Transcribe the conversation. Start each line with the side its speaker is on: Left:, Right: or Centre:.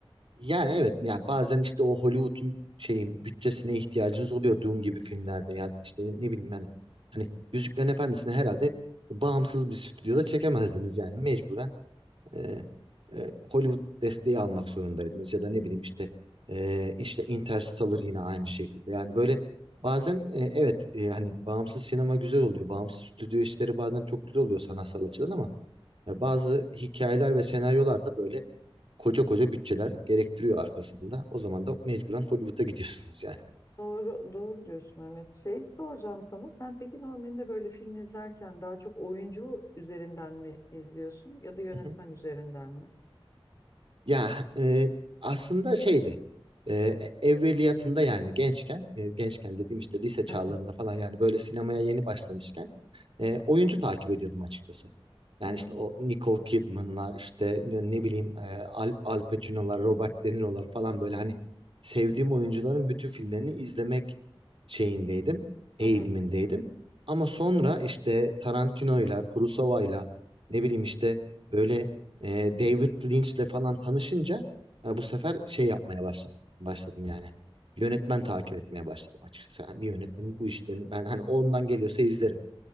Right: Yani evet ya bazen işte o Hollywood'un şeyin bütçesine ihtiyacınız oluyor Dune gibi filmlerde ya da işte ne bileyim yani hani Yüzüklerin Efendisi'ni herhalde bağımsız bir stüdyoda çekemezdiniz yani mecburen e, e, Hollywood desteği almak zorundaydınız ya da ne bileyim işte e, işte Interstellar yine aynı şekilde yani böyle bazen e, evet e, hani bağımsız sinema güzel oluyor bağımsız stüdyo işleri bazen çok güzel oluyor sanatsal açıdan ama ya bazı hikayeler ve senaryolar da böyle koca koca bütçeler gerektiriyor arkasında. O zaman da mecburen Hollywood'a gidiyorsunuz yani.
Left: Doğru, doğru diyorsun Mehmet. Şey soracağım sana. Sen peki normalde böyle film izlerken daha çok oyuncu üzerinden mi izliyorsun ya da yönetmen
Right: <laughs>
Left: üzerinden mi?
Right: Ya e, aslında şeydi. E, evveliyatında yani gençken, e, gençken dediğim işte lise çağlarında
Left: <laughs>
Right: falan yani böyle sinemaya yeni başlamışken e, oyuncu takip ediyordum açıkçası. Yani
Left: Hı hı,
Right: işte o Nicole Kidman'lar işte ne ne bileyim e, Al, Al Pacino'lar, Robert De Niro'lar falan böyle hani sevdiğim oyuncuların bütün filmlerini izlemek şeyindeydim, eğilimindeydim.
Left: hı hı,
Right: Ama sonra işte Tarantino'yla, Kurosawa'yla ne bileyim işte böyle e, David Lynch'le falan tanışınca e, bu sefer şey yapmaya başladım. Başladım yani. Yönetmen takip etmeye başladım açıkçası. Yani bir yönetmenin bu işlerini ben hani ondan geliyorsa izlerim